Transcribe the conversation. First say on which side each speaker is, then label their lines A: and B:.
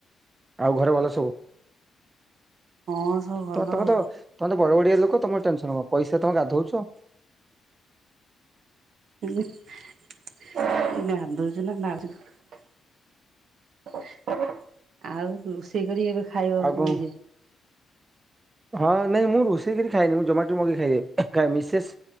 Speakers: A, on the right; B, on the right.
A: ଆଉ ଘରେ ଭଲ ସବୁ?
B: ହଁ ସବୁ ଭଲ
A: ତ ତମେ
B: ଆଉ
A: ତମେ ବଡ଼ ବଡ଼ିଆ ଲୋକ ତମର ଟେନସନ କଣ ପଇସା ତମେ ଗାଧୋଉଚ।
B: <unintelligible> ଗାଧୋ ନା ଆହୁରି କଣ ଆଉ ରୋଷ ଷେଇ କରି ଏବେ ଖାଇବ
A: ଆଉ କଣ
B: ନିଜେ?
A: ହଁ ନାଇଁ ମୁଁ ରୋଷେଇ କରି ଖାଏନି ମୁଁ ଜୋମାଟୋ ମଗେଇ ଖାଇଦିଏ ମିସେସ୍